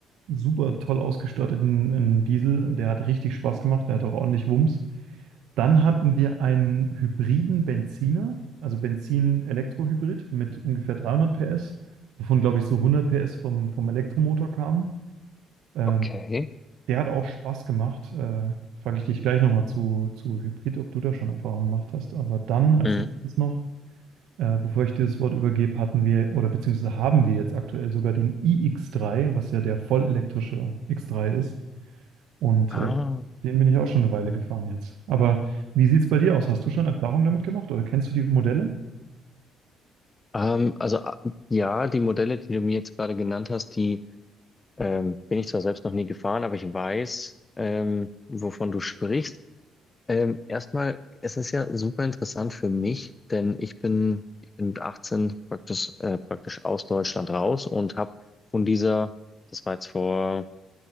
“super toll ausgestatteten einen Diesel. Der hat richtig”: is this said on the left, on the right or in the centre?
Right